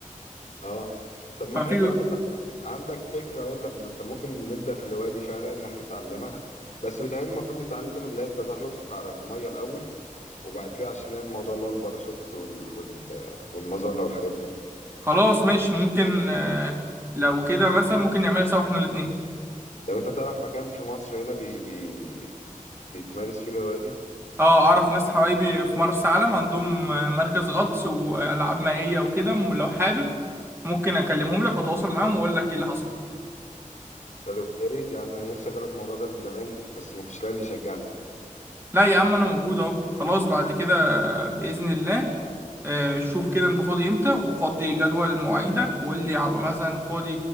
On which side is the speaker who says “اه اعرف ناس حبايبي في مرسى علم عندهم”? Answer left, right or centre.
Right